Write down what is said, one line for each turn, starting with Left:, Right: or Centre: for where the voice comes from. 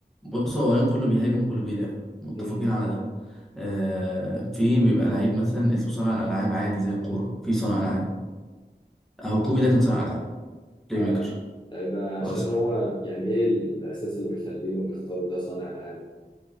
Centre: بص هو اولا كله بيهاجم وكله بيدافع متفقين
Left: امم
Centre: على ده آه في بيبقى لعيب مثلا اسمه صانع الالعاب عادي زي الكوره في صانع العاب اهو كوبي ده كان صانع العاب بلاي
Left: اه
Centre: ميكر
Left: آه، ده
Centre: خلاص
Left: عشان هو يعني ايه الاساس اللي بيخليهم يختاروا ده صانع العاب